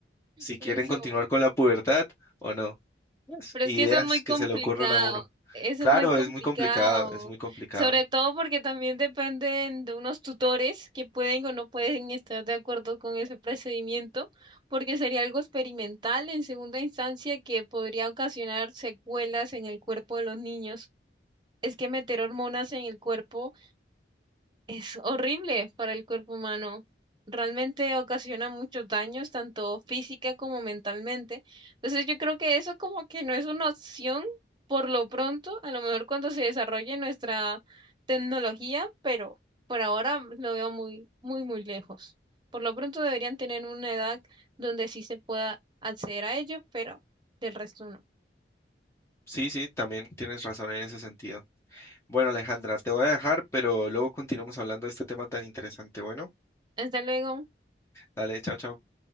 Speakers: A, on the left; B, on the right.
A: si
B: Por
A: quieren
B: eso,
A: continuar con la pubertad o no. Pues,
B: pero
A: ideas
B: es que eso es muy
A: que
B: complicado,
A: se le ocurren a uno.
B: eso
A: Claro,
B: es muy complicado,
A: es muy complicado, es muy complicado.
B: sobre todo porque también dependen de unos tutores que pueden o no pueden estar de acuerdo con ese procedimiento, porque sería algo experimental en segunda instancia que podría ocasionar secuelas en el cuerpo de los niños. Es que meter hormonas en el cuerpo Es horrible para el cuerpo humano. Realmente ocasiona muchos daños, tanto física como mentalmente. Entonces yo creo que eso como que no es una opción por lo pronto, a lo mejor cuando se desarrolle nuestra tecnología, pero por ahora lo veo muy, muy, muy lejos. Por lo pronto deberían tener una edad donde sí se pueda acceder a ello, pero del resto no.
A: Sí, sí, también tienes razón en ese sentido. Bueno, Alejandra, te voy a dejar, pero luego continuamos hablando de este tema tan interesante. Bueno,
B: Hasta luego.
A: dale, chao, chao.